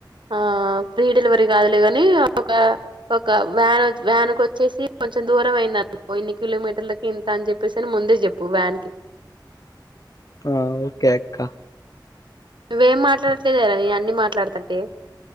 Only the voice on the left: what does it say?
ఆ ఓకే అక్క